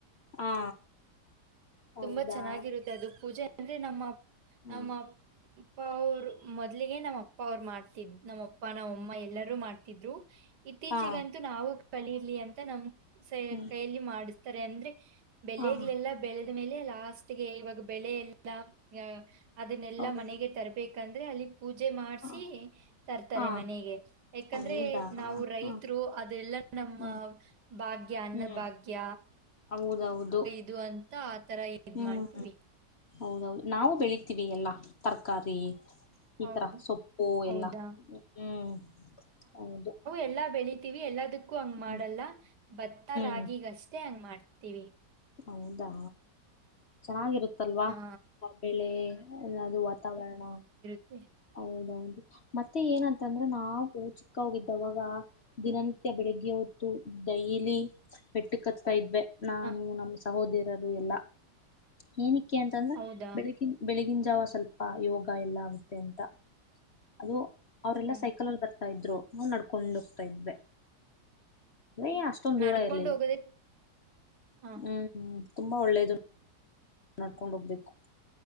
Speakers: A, on the left; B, on the right.
A: ಹಾ ಹೌದಾ
B: ತುಂಬಾ ಚೆನ್ನಾಗಿರುತ್ತೆ ಅದು ಪೂಜೆ ಅಂದ್ರೆ ನಮ್ಮ
A: ಹ
B: ನಮ್ಮ ಅಪ್ಪ ಅವರು ಮೊದ್ಲಿಗೆ ನಮ್ಮ ಅಪ್ಪ ಅವರು ಮಾಡ್ತಿದ್ ನಮ್ಮ ಅಪ್ಪ ನಮ್ಮ ಅಮ್ಮ ಎಲ್ಲಾರೂ ಮಾಡ್ತಿದ್ರು <unintelligible> ಇತ್ತೀಚಿಗಂತೂ
A: ಹಾ
B: ನಾವು ಕಳಿರ್ಲಿ ಅಂತ ನಮ್ ಸ
A: ಹ್ಮ್
B: ಕೈಯಲ್ಲಿ ಮಾಡಿಸ್ತಾರೆ ಅಂದ್ರೆ ಬೆಳಗಳೆಲ್ಲ
A: ಹಾ
B: ಬೆಳೆದ ಮೇಲೆ ಲಾಸ್ಟ್ಗೆ ಇವಾಗ ಬೆಳೆ ಎ ಅದನ್ನೆಲ್ಲಾ
A: ಹೌದು
B: ಮನೆಗೆ ತರ್ಬೇಕಂದ್ರೆ ಅಲ್ಲಿ ಪೂಜೆ ಮಾಡ್ಸಿ
A: ಹ
B: ತರ್ತಾರೆ
A: ಹಾ
B: ಮನೆಗೆ ಯಾಕಂದ್ರೆ
A: ಹೌದಾ
B: ನಾವು ರೈತರು
A: ಹ್ಮ
B: ಅದೆಲ್ಲ ನಮ್ಮ
A: ಹ್ಮ್
B: ಭಾಗ್ಯ ಅನ್ನ
A: ಹ್ಮ್
B: ಭಾಗ್ಯ
A: ಹೌದೌದು
B: ಇದು ಅಂತ ಆ ತರ ಇದ್
A: ಹ್ಮ್
B: ಮಾಡ್ತೀವಿ.
A: ಹೌದೌದು ನಾವು ಬೆಳಿತೀವಿ ಎಲ್ಲಾ ತರಕಾರಿ ಈ
B: ಹೌ-
A: ತರ ಸೊಪ್ಪು
B: ಹೌದಾ
A: ಎಲ್ಲಾ ಹ್ಮ್ ಹೌದು
B: ಎಲ್ಲಾ ಬೆಳತಿೀವಿ ಎಲ್ಲದಕ್ಕೂ ಹಂಗ
A: ಹ್ಮ್
B: ಮಾಡಲ್ಲ ಭತ್ತ ರಾಗಿ
A: ಹ್ಮ್
B: ಅಷ್ಟೇ ಹಂಗ ಮಾಡ್ತೀವಿ
A: ಹೌದಾ ಚೆನ್ನಾಗಿರುತ್ತಲ್ವಾ
B: ಹಾ
A: ಆ ಬೆಳೆ ಅನದು ವಾತಾವರಣ
B: ಹ
A: ಹೌದೌದು ಮತ್ತೆ ಏನಂತ ಅಂದ್ರೆ ನಾವು ಚಿಕ್ಕ ಹೋಗಿದ್ದಾವಾಗ <unintelligible> ದಿನನಿತ್ಯ ಬೆಳಿಗ್ಗೆ ಹೊತ್ತು ಡೈಲಿ ಮೆಟ್ಟಿ ಕ ಇದೆ ನಾನು
B: ಆ,
A: ನಮ್ಮ ಸಹೋದರರು ಎಲ್ಲಾ ಏನಕ್ಕೆ ಅಂತಂದ್ರ
B: ಹೌದಾ
A: ಬೆಳಗಿನ ಬೆಳಿಗಿನ ಜಾವ ಸ್ವಲ್ಪ ಯೋಗ ಎಲ್ಲ ಆಗುತ್ತೆ ಅಂತ ಅದು ಅವರೆಲ್ಲ
B: ಹ್ಮ್
A: ಸೈಕಲ್ಲ್ಲಿ ಬರ್ತ ತಾ ಇದ್ರು ನಾವು ನಡ್ಕೊಂಡ ಹೋಗ್ತಾ ಇದ್ವೆ ಅಯ ಅಷ್ಟ ದೂರ
B: ನಡ್ಕೊಂಡು
A: ಇರ್ಲಿಲ್ಲ
B: ಹೋಗೋದೇ ಹಾ
A: ಹ್ಮ್ ತುಂಬಾ ಒಳ್ಳೇದು ನಡ್ಕೊಂಡು ಹೋಗ್ಬೇಕು